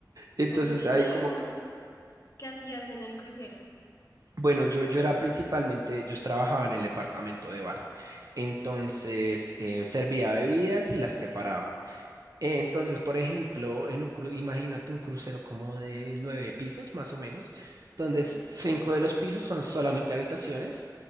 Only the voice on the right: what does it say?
Entonces
ahí como
Bueno, yo, yo era principalmente, yo trabajaba en el departamento de bar, entonces
eh, servía bebidas y las preparaba. Entonces, por ejemplo, en un cru- imagínate un crucero como de nueve pisos, más o menos, donde
s-
cinco de los pisos son solamente habitaciones